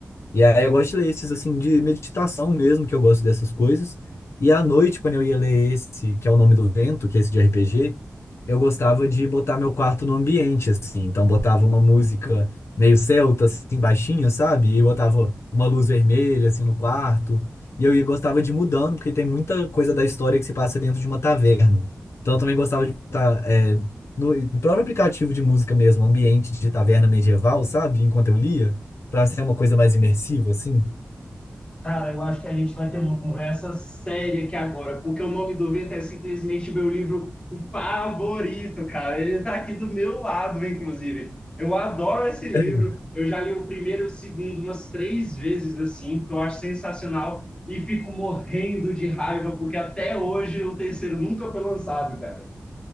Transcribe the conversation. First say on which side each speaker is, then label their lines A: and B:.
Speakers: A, on the left; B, on the left.
A: E aí eu gosto de ler esses, assim, de meditação mesmo, que eu gosto dessas coisas. E à noite, quando eu ia ler esse, que é o Nome do Vento, que é esse de RPG, eu gostava de botar meu quarto no ambiente, assim. Então botava uma música meio celta, assim, baixinha, sabe? E botava uma luz vermelha, assim, no quarto. E eu ia- gostava de ir mudando, porque tem muita coisa da história que se passa dentro de uma taverna. Então eu também gostava de botar, é, no no próprio aplicativo de música mesmo, ambiente de taverna medieval, sabe? Enquanto eu lia. Pra ser uma coisa mais imersiva, assim?
B: Cara, eu acho que a gente vai ter uma conversa séria aqui agora, porque o nome do vento é simplesmente meu livro favorito, cara. Ele tá aqui do meu lado, inclusive. Eu adoro esse livro.
A: <laughs>
B: Eu já li o primeiro e o segundo umas três vezes, assim, porque eu acho sensacional e fico morrendo de raiva, porque até hoje o terceiro nunca foi lançado, cara.